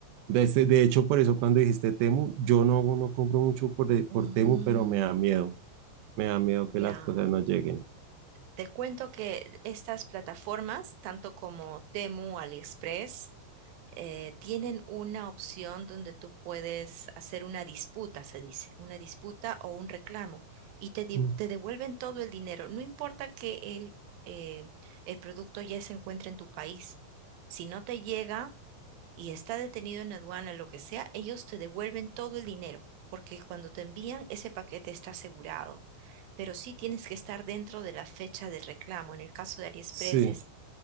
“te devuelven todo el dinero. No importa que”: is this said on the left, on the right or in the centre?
Right